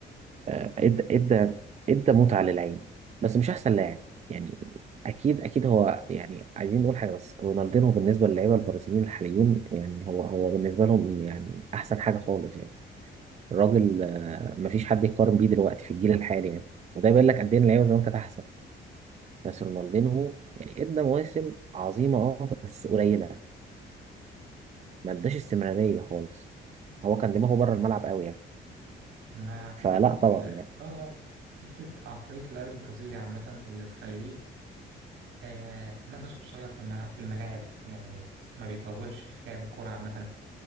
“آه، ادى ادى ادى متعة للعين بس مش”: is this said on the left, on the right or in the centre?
Right